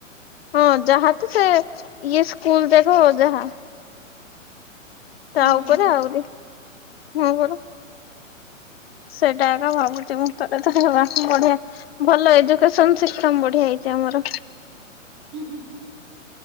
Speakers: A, on the left; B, on the right.
A: ହଁ ଯାହା ତ ସେ ଇଏ ସ୍କୁଲ ଯାକ ଯାହା। ତାହା
B: ହୁଁ
A: ଉପରେ ଆହୁରି ହଁ ପରା। ସେଟା ଏକା ଭାବୁଚି ମୁଁ ଥରେ ଥରେ ବା ବଢିଆ। ଭଲ ଏଜୁକେସନ ସିଷ୍ଟମ ବଢିଆ ହେଇଛି ଆମର।
B: ହୁଁ ହୁଁ।